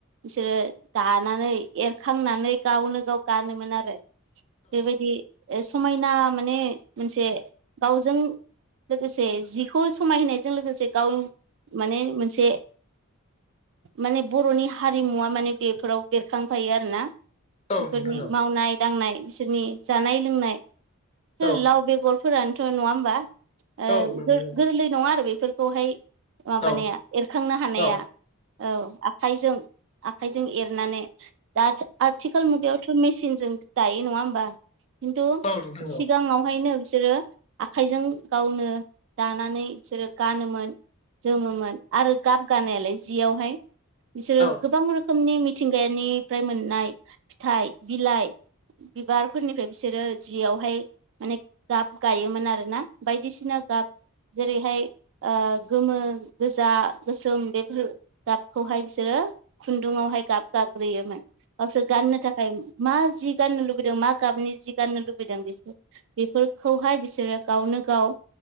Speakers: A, on the right (about 60°); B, on the left (about 30°).
A: बिसोरो दानानै एरखांनानै गावनो गाव गानोमोन आरो बेबायदि समायना माने मोनसे गावजों लोगोसे जिखौ समायहोनायजों लोगोसे गाव माने मोनसे माने बर'नि हारिमुवा माने बेफोराव बेरखांफायो आरो ना। बेफोरनि
B: नोंथां औ
A: मावनाय दांनाय बिसोरनि जानाय लोंनाय
B: औ
A: लाव बेगर फोरानोथ' नङा होमबा ओ
B: औ नोंथां औ
A: गोरलै नङा आरो बेफोरखौहाय माबानि
B: औ
A: एरखांनो हानाया
B: औ
A: औ आखाइजों आखाइजों एरनानै दा आथिखाल मुगायाव थ' मेचनजों दायो नङा होमबा खिन्थु
B: औ नोंथां औ
A: सिगाङावहायनो बिसोरो आखाइजों गावनो दानानै बिसोरो गानोमोन जोमोमोन आरो गाब गानायालाय जियावहाय बिसोरो
B: औ
A: गोबां रोखोम रोखोमनि मिथिंगानिफ्राय मोननाय फिथाइ बिलाइ बिबारफोरनिफ्राय बिसोरो जियावहाय माने गाब गायोमोन आरोना बायदिसिना गाब जेरैहाय ओ गोमो गोजा गोसोम बेफोर गाबखौहाय बिसोरो खुन्दुआवहाय गाब गाग्रोयोमोन। गावसोर गाननो थाखाय मा जि गाननो लुबैदों मा गाबनि जि गाननो लुबैदों बेसोर बेफोरखौहाय बिसोरो गावनो गाव